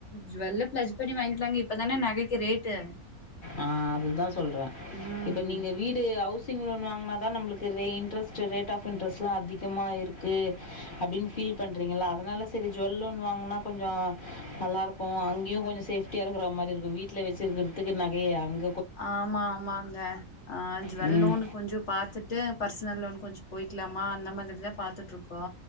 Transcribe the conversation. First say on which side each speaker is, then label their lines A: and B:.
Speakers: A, on the left; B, on the left.
A: ஜுவெல்ல பிளஜ் பண்ணி வாங்கிக்கலாங்க இப்பதானே நகைக்கு ரேட்டு
B: ஆஹ் அதுதா சொல்றே
A: ம்
B: இப்ப நீங்க வீடு ஹவுசிங் லோன் வாங்க அதா நம்மளுக்கு இன்ட்ரெஸ்ட் ரேட் ஆப் இன்ட்ரெஸ்ட்லா அதிகமா இருக்கு அப்டின்னு பீல் பண்றிங்களா அதனால சரி ஜுவெல் லோன் வாங்குனா கொஞ்சோ நல்லாருக்கு அங்கியு கொஞ்ச சேப்டியா இருக்குற மாரி இருக்கு வீட்ல வசுறதுக்கு நா ஏ அங்க
A: ஆமா ஆமாங்க ஆஹ் ஜுவல்
B: ம்.
A: லோன் கொஞ்ச பாத்துட்டு பர்சனல் லோன் கொஞ்ச போயிக்கலாமா அந்த அந்த மாதிரிதா பாத்துட்டு இருக் ஓ